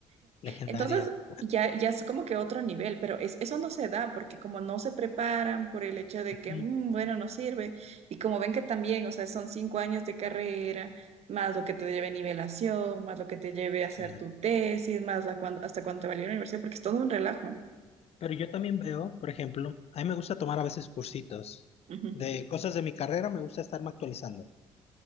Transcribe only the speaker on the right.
Entonces, ya, ya es como que otro nivel, pero es, eso no se da porque como no se preparan por el hecho de que,
"Mm, bueno, no sirve, y como ven que también, o sea, son cinco años de carrera, más lo que te lleve nivelación, más lo que te lleve a
hacer tu tesis, más a cuan- hasta cuánto valió la universidad, porque es todo un relajo.
Ujú.